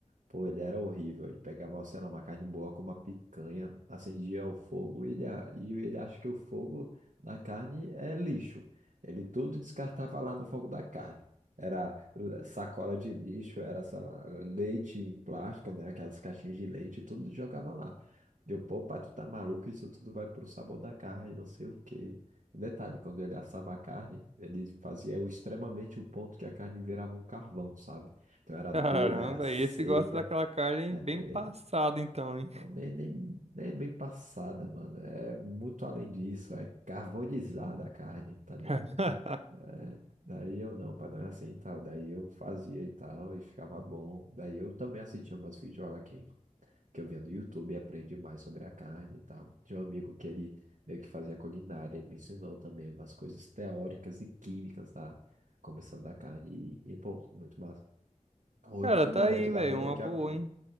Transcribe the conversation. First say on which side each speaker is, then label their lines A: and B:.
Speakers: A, on the right; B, on the right.
A: Pô, ele era horrível. Ele pegava, sei lá, uma carne boa com uma picanha, acendia o fogo e ele, a- e ele acha que o fogo na carne é lixo. Ele tudo descartava lá no fogo da carne. Era l- sacola de lixo, era sei lá, leite em plástico, né? Aquelas caixinhas de leite, tudo jogava lá. Deu, pô, pai, tu tá maluco? Isso tudo vai pro sabor da carne, não sei o quê. Detalhe, quando ele assava a carne, ele fazia o- extremamente o ponto que a carne virava um carvão, sabe? Então era
B: Caramba,
A: dura, era seca.
B: esse gosta daquela carne
A: É
B: bem
A: preta.
B: passada, então, hein?
A: Não, nem, nem, nem é bem passada, mano. É muito além disso. É carbonizada a carne, tá ligado?
B: <laughs>
A: É, daí eu não, pra não é assim e tal. Daí eu fazia e tal, e ficava bom. Daí eu também assistia umas videoaulas aqui, que eu via no YouTube e aprendi mais sobre a carne e tal. Tinha um amigo que ele meio que fazia culinária, ele me ensinou também umas coisas teóricas e químicas da composição da carne. E, e pô, muito massa. O único
B: Cara, tá
A: momento
B: aí,
A: da
B: velho,
A: vida
B: uma
A: que
B: boa,
A: eu aprendi.
B: hein?